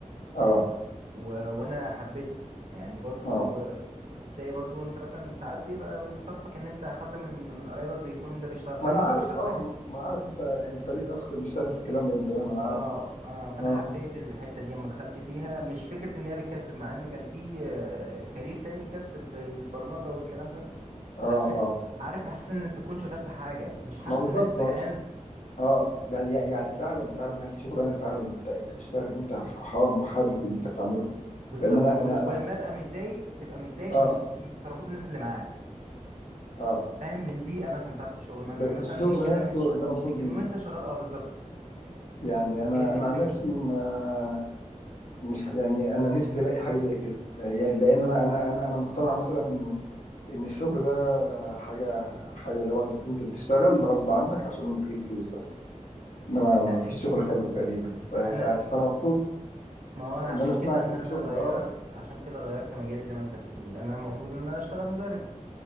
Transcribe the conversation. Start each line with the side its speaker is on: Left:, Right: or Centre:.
Left: اه
Right: و... وانا حبيتها يعني برضو
Left: اه
Right: آه، بتلاقي برضو انت مثلا ساعات بيبقى بيصادفك ان انت حد من من قرايبك بيكون ده بيشتغل حاجه
Left: ما انا عارف
Right: وده بيشتغل
Left: اه
Right: حاجه
Left: ما انا عارف انت انت ليك اخ بيشتغل في الكلام ده من زمان انا
Right: اه,
Left: عارف
Right: آه فانا
Left: اه
Right: حبيت الحته دي اما دخلت فيها مش فكره ان هي بتكسب مع ان كان في آه كارير تاني يكسب زي البرمجه والكلام ده
Left: اه
Right: بس
Left: اه
Right: عارف احساس ان انت تكون شغال في حاجه مش حاسس
Left: ما بالظبط
Right: انك زهقان
Left: ما- اه يعني يعني فعلا فعلا هل في شغلانه فعلا انت انت تشتغل وانت فرحان وحابب اللي انت بتعمله
Right: بالظبط
Left: لان انا
Right: او
Left: انا
Right: ولما
Left: انا
Right: ابقى متضايق تبقى متضايق
Left: اه
Right: من من تصرفات الناس اللي معاك
Left: اه
Right: فاهم من البيئه مثلا بتاعت الشغل من
Left: بس
Right: من- مثلا
Left: الشغل
Right: من كلام
Left: نفسه
Right: المدير
Left: انت مبسوط
Right: لكن
Left: بيه
Right: وانت شغال اه بالظبط
Left: يعني انا
Right: هي دي
Left: انا
Right: الفكره
Left: عن نفسي ما مش ه- يعني انا نفسي الاقي حاجه زي كده يعني لان انا انا انا انا مقتنع مثلا ان ان الشغل ده حاجه حاجه اللي هو انت بتنزل تشتغل غصب عنك عشان تجيب فلوس بس انما ما
Right: لا
Left: فيش شغل حلو تقريبا ف- ف-
Right: انا
Left: فانا مبسوط
Right: ما هو انا
Left: ان
Right: عشان
Left: انا سمعت
Right: كده ان
Left: ان في
Right: انا
Left: شغل
Right: غيرت
Left: اه
Right: عشان كده غيرت مجالي زي ما انت بتقول انا المفروض ان انا اشتغل مدرس